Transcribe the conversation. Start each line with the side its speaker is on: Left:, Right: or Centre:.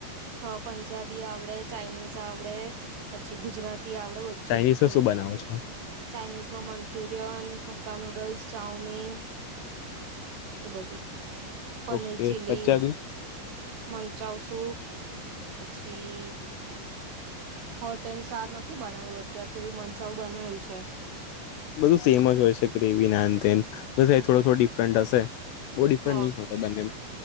Right: હ પંજાબી આવડે ચાઇનીઝ આવડે પછી ગુજરાતી આવડે તું
Left: ચાઇનીઝમાં
Right: જ કુ જ વાતે
Left: શું બનાવો છો
Right: ચાઇનીઝ માં મંચુરિયન હક્કા નુડલ્સ ચાઉમીન એ બધું paneer
Left: okay
Right: chilli
Left: Punjabi
Right: મનચાવ soup પછી હોટ એન્ સાર નથી બનાવ્યું અત્યાર સુધી મંચાઉું બનાવ્યું છે.
Left: બધું સેમ જ હોય છે ગ્રેવી નાન એ થોડો થોડો ડિફરન્ટ હશે બહ ડિફરન્ટ
Right: હ
Left: નહી હોતા ડમે